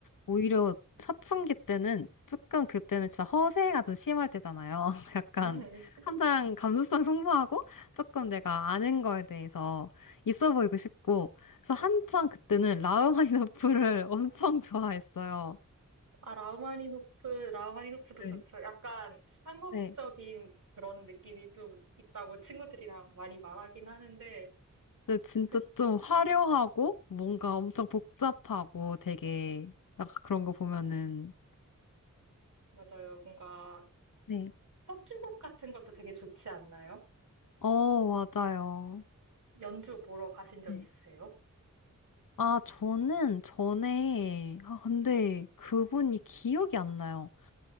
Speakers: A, on the left; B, on the right.
A: 오히려 사춘기 때는 조금 그때는 진짜 허세가 좀 심할 때잖아요. <laughs> 약간
B: <laughs>
A: 한창 감수성 풍부하고 조금 내가 아는 거에 대해서 있어 보이고 싶고 그래서 한창 그때는 라흐마니노프를 <laughs> 엄청 좋아했어요.
B: 아, 라흐마니노프, 라흐마니노프도
A: 네.
B: 좋죠. 약간 상업적인
A: 네.
B: 그런 느낌이 좀 있다고 친구들이랑 많이 말하긴 하는데,
A: 근데 진짜
B: 그,
A: 좀 화려하고 뭔가 엄청 복잡하고 되게 약간 그런 거 보면은
B: 맞아요. 뭔가
A: 네.
B: 협주곡 같은 것도 되게 좋지 않나요?
A: 어, 맞아요.
B: 연주 보러 가신 적
A: 네.
B: 있으세요?
A: 아, 저는 전에 아 근데 그분이 기억이 안 나요.